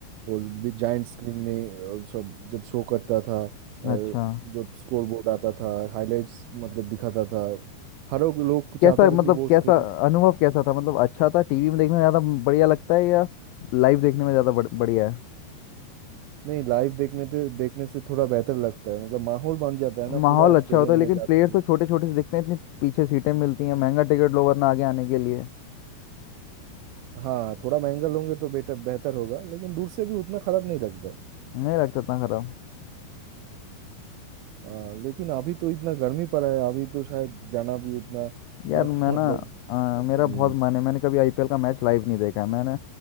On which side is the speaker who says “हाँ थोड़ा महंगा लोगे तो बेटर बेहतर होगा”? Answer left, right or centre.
Right